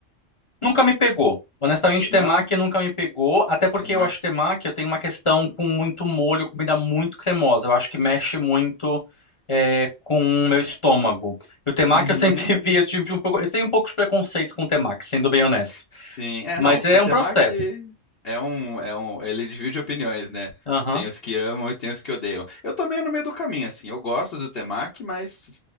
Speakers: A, on the left; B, on the left.
A: Nunca me pegou. Honestamente, o
B: Não?
A: temaki nunca me pegou, até porque
B: Temaki.
A: eu acho temaki, eu tenho uma questão com muito molho, comida muito cremosa. Eu acho que mexe muito é, com o meu estômago. E o temaki
B: Uhum.
A: eu sempre <laughs> vi, eu tive um pouco, eu tenho um pouco de preconceito com o temaki, sendo bem honesto.
B: Sim. É,
A: Mas
B: não,
A: é
B: o temaki
A: um processo.
B: é um, é um, ele divide opiniões, né?
A: Aham.
B: Tem os que amam e tem os que odeiam. Eu também meio no meio do caminho, assim. Eu gosto do temaki, mas